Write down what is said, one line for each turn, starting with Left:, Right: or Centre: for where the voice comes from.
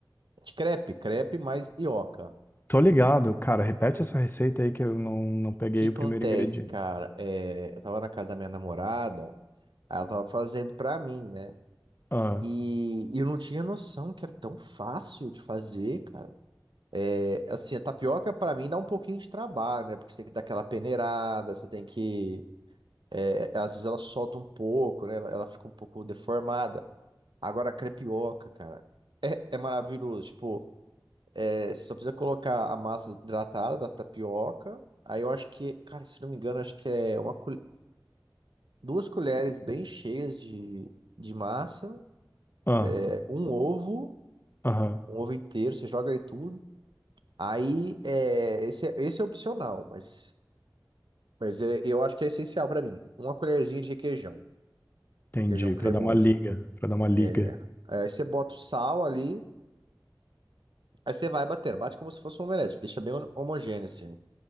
Right: De crepe, crepe mais ioca. O
Left: Tô ligado, cara. Repete essa receita aí que eu não, não peguei
Right: que acontece,
Left: o primeiro ingrediente.
Right: cara? É, eu tava na casa da minha namorada, ela tava fazendo pra mim, né?
Left: Ah,
Right: E, e eu não tinha noção que era tão fácil de fazer, cara. É, assim, a tapioca pra mim dá um pouquinho de trabalho, né? Porque você tem que dar aquela peneirada, você tem que. é, às vezes ela solta um pouco, né? Ela, ela fica um pouco deformada. Agora, a crepioca, cara, é, é maravilhoso. Tipo. É, você só precisa colocar a massa hidratada da tapioca. Aí eu acho que, cara, se não me engano, acho que é uma, col- duas colheres bem cheias de, de massa,
Left: ah,
Right: é, um ovo,
Left: aham.
Right: um ovo inteiro, você joga aí tudo. Aí, é, esse, é- esse é opcional, mas, mas é- eu acho que é essencial pra mim. Uma colherzinha de requeijão,
Left: Entendi.
Right: requeijão cremoso.
Left: Pra dar uma liga, pra dar uma liga.
Right: É. Aí você bota o sal ali, aí você vai batendo, bate como se fosse um omelete, que deixa bem homogêneo assim.